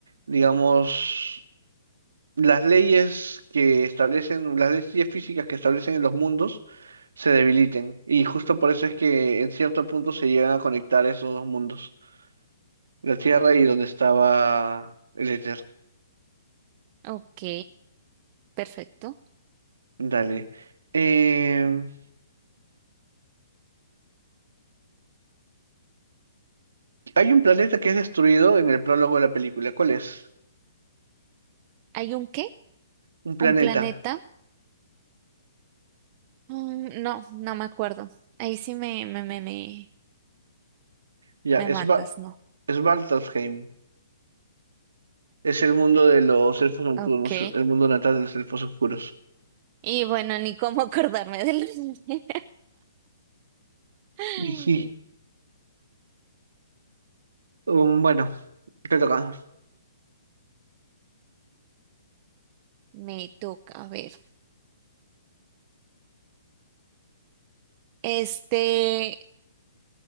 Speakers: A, on the right; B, on the right.
A: digamos, las leyes que establecen, las leyes físicas que establecen en los mundos se debiliten. Y justo por eso es que en cierto punto se llegan a conectar esos dos mundos. La Tierra y donde estaba el éter.
B: Ok, perfecto.
A: Dale. Em, hay un planeta que es destruido en el prólogo de la película. ¿Cuál es?
B: ¿Hay un qué?
A: Un planeta.
B: ¿Un planeta? Mm, no, no me acuerdo. Ahí sí me, me, me, me,
A: Ya,
B: me
A: Es
B: matas,
A: Sva-
B: ¿no?
A: Svartalfheim. Es el mundo de los elfos nocturnos,
B: Ok.
A: el mundo natal de los elfos oscuros.
B: Y bueno, ni cómo <laughs> acordarme del... nombre. <laughs>
A: Y sí. Um, bueno, te toca.
B: Me toca, a ver. Este,